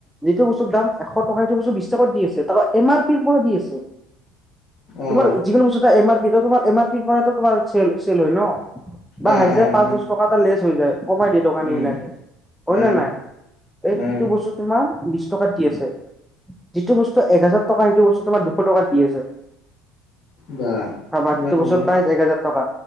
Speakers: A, in the centre; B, on the left (about 50°).
A: যিটো বস্তুৰ দাম এশ টকা সটো বস্তু বিশ টকাত দি আছে ত কাৰ পীন পৰি আছে।
B: অ
A: তোমাৰ যিকোনো বস্তু এম আৰ পি তোমাৰ এম আৰ পিৰ পৰাো তোমাৰ চেল হয় ন। বা
B: অ অ
A: পাঁচ
B: অ
A: দশ টকা এটা লেচ হৈ যায় কমাই দিয়ে দোকানী
B: উম
A: বিলাকে হয়
B: অ
A: নে নাই? এই কটো
B: অ
A: বস্তু তোমাৰ বিশ টকাত দি আছে। যিটো বস্তু এক হাজাৰ টকা সেইটো বস্তু তোমাৰ দুশ টকাত দি আছে।
B: বা
A: চাবা
B: ইমান
A: যিতু বস্তু
B: কমত
A: পাই এক হাজাৰ টকা